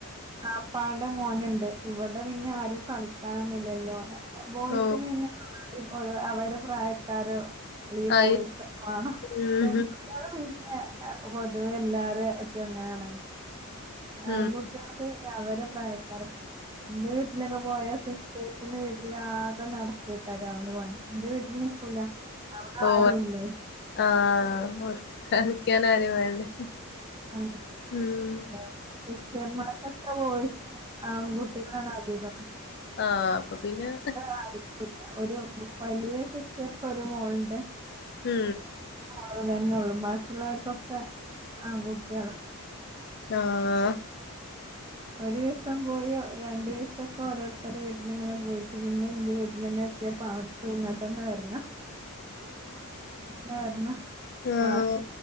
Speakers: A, on the right; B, on the left.
A: അ പ്പാടെ മോന്ണ്ട് ഇവടെ പിന്നെ ആരും കളിക്കാനൊന്നുല്ലല്ലോ ഓന് ബോയ്സിന്
B: ഓ
A: പിന്നെ ഓരോ അവരെ പ്രായക്കാരോ അല്ലെ
B: ആയി
A: ബോയ്സൊക്കെ മാണം
B: ഉം
A: പെൺകുട്യാൾ പിന്നെ ഏ പൊതുവെ എല്ലാരെ എ റ്റും ഇങ്ങനെയെണങ്ങും ആൺകുട്ടിയാക്ക്
B: ഉം
A: പിന്നെ അവരെ പ്രായക്കാരൊക്കെ എന്റെ വീട്ടിലൊക്കെ പോയാ ശിഷ്- ചേച്ചിന്റെ വീട്ടില് ആകെ നടത്തിത്തരാം അവന് <unintelligible> നിക്കൂല അവിടെ
B: ഓ
A: ആരും ഇല്ല
B: ആ ആഹ് നിക്കാൻ ആരും വേണ്ടേ
A: ആ
B: ഉം
A: ഏ സിസ്റ്റർമാർക്കൊക്കെ ഓയി <unintelligible> ആ ബുട്ടി <unintelligible> ന്നാന അധികം
B: ആഹ് അപ്പൊ പിന്നെ
A: ആ <unintelligible> ഒരു വലിയ സിസ്റ്റർക്കൊരു മോളു ഇണ്ട്
B: മ്
A: അത് തന്നെ ഉള്ളൂ ബാക്കിയുള്ളവർക്കൊക്കെ ആഹ് കുട്ടികളാ
B: ആഹ്
A: ഒരീസം പോയി രണ്ടീസൊക്കെ ഓരോരുത്തരെ വീട്ടിലിങ്ങനെ പോയിട്ട് പിന്നെ എന്റെ വീട്ടിൽ തന്നെ എത്തിയപ്പ അവർക്ക് ഇങ്ങട്ടന്നെ വരണം. എന്നാ വരണ്
B: ആഹ്
A: ആ ശ